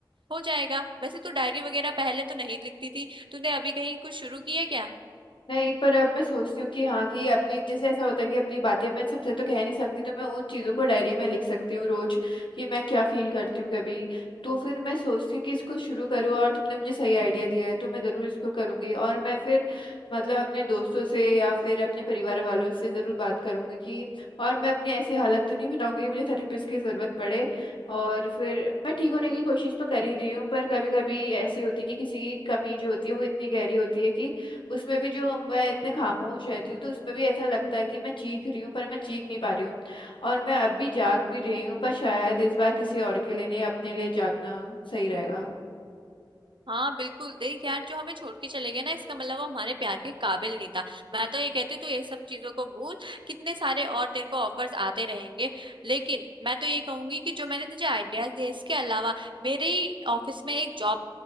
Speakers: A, on the right; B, on the left.
A: हो जाएगा वैसे तू डायरी वगैरह पहले तो नहीं लिखती थी तूने अभी कहीं कुछ शुरू किया क्या
B: नहीं पर अब मैं सोचती हूँ कि हाँ कि अपनी जैसे ऐसा होता है कि अपनी बातें मैं सबसे तो कह नहीं सकती तो मैं उन चीज़ों को डायरी में लिख सकती हूँ रोज कि मैं क्या फील करती हूँ कभी तो फिर मैं सोचती हूँ कि इसको शुरू करूँ और तुमने मुझे सही आइडिया दिया है तो मैं ज़रूर इसको करूँगी और मैं फिर मतलब अपने दोस्तों से या फिर अपने परिवार वालों से ज़रूर बात करूँगी कि और मैं अपनी ऐसी हालत तो नहीं बनाऊँगी कि मुझे थेरेपिस्ट की ज़रूरत पड़े और फिर मैं ठीक होने की कोशिश तो कर ही रही हूँ पर कभी कभी ऐसी होती है कि किसी की कमी जो होती है वो इतनी गहरी होती है कि उसमें भी जो मैं इतने खामोश रहती हूँ तो उसमें भी ऐसा लगता है कि मैं चीख रही हूँ पर मैं चीख नहीं पा रही हूँ और मैं अब भी जाग भी रही हूँ पर शायद इस बार किसी और के लिए नहीं अपने लिए जागना सही रहेगा
A: हाँ बिल्कुल देख यार जो हमें छोड़ के चले गए ना इसका मतलब वो हमारे प्यार के काबिल नहीं था मैं तो ये कहती हूँ तू ये सब चीजों को भूल कितने सारे और तेरे को ऑफर्स आते रहेंगे लेकिन मैं तो ये कहूंगी कि जो मैंने तुझे आइडियाज दिए इसके अलावा मेरे ही ऑफिस में एक जॉब